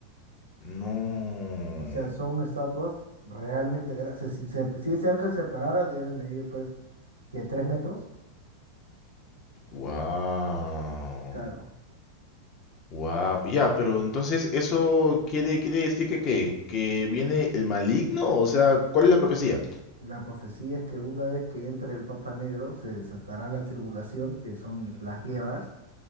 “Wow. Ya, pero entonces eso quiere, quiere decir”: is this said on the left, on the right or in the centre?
Left